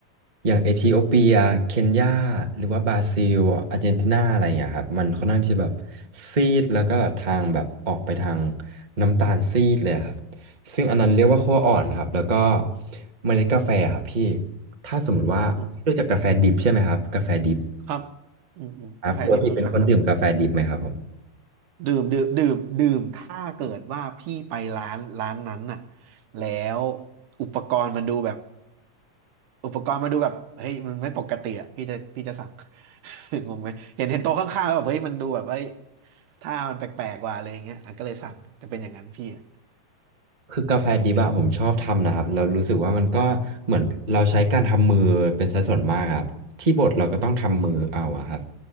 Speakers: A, on the right; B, on the right.
A: อย่างเอธิโอเปียเคนยาหรือว่าบราซิลอาร์เจนตินาอะไรเงี้ยครับมันค่อนข้างที่แบบซีดแล้วก็ทางแบบออกไปทางน้ำตาลซีดเลยครับซึ่งอันนั้นเรียกว่าคั่วอ่อนครับแล้วก็เมล็ดกาแฟครับพี่ถ้าสมมติว่ารู้จักกาแฟดิบใช่ไหมครับกาแฟดิบ
B: ม ครับอืมอืมกาแฟดิบรู้จักครับอืม
A: ครับปกติเป็นคนดื่มกาแฟดิบไหมครับผม
B: ดื่มดื่มดื่มดื่มถ้าเกิดว่าพี่ไปร้านร้านนั้นน่ะแล้วอุปกรณ์มันดูแบบอุปกรณ์มันดูแบบเฮ้ยมันไม่ปกติอ่ะพี่จะพี่จะสั่ง <laughs> งงไหมเห็นเห็นโต๊ะข้างๆแล้วแบบเฮ้ยมันดูแบบเฮ้ยถ้ามันแปลกๆกว่าอะไรอย่างเงี้ยอ่ะก็เลยสั่งจะเป็นอย่างนั้นพี่อ่ะ
A: คือกาแฟดิบอะผมชอบทำนะครับแล้วรู้สึกว่ามันก็เหมือนเราใช้การทำมือเป็นสัดส่วนมากครับที่บดเราก็ต้องทำมือเอาอะครับ